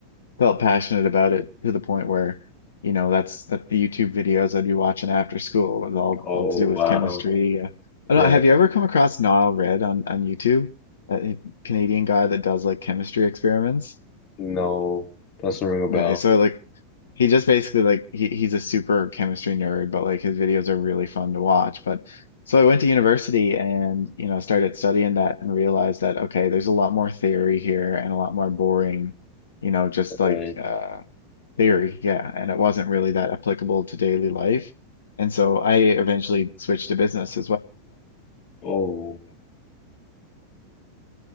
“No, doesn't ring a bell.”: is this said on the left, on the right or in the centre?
Left